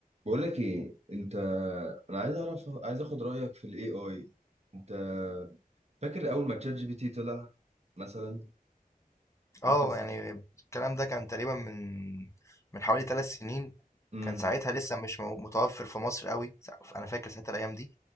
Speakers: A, on the right (about 45°); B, on the left (about 20°).
A: بقول لك ايه انت انا عايز اعرف عايز اخد رايك في الاي اي انت فاكر اول ما تشات جي بي تي طلع مثلا
B: اه
A: انت س...
B: يعني الكلام ده كان تقريبا من من حوالي ثلاث سنين
A: مم.
B: كان ساعتها لسه مش مو- متوفر في مصر قوي انا فاكر ساعتها الايام دي